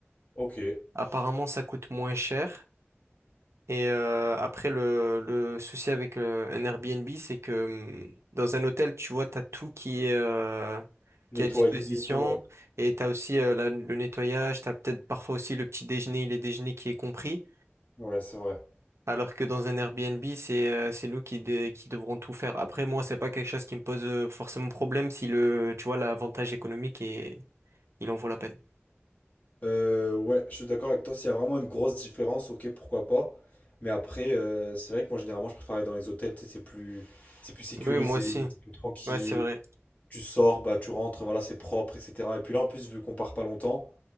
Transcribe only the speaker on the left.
ok.
Nettoyer
et tout, ouais.
Ouais, c'est vrai.
Euh, ouais, je suis d'accord avec toi. S'il y a vraiment une grosse différence, ok, pourquoi pas. Mais après, euh, c'est vrai que moi, généralement, je préfère aller dans les hôtels, tu sais, c'est plus, c'est plus sécurisé,
c'est plus tranquille.
Tu sors, bah, tu rentres, voilà, c'est propre, etc. Et puis là, en plus, vu qu'on part pas longtemps,